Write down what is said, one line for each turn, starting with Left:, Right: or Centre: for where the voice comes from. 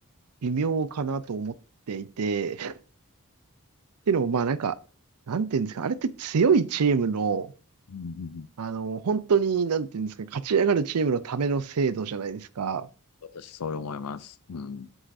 Right: 微妙かなと思っていて、<laughs> っていうのもまあなんか、なんていうんですか、あれって強いチームの、
Left: うんうんうん
Right: あの、本当に、なんていうんですかね、勝ち上がるチームのための制度じゃないですか。
Left: 私、そう思います。うん。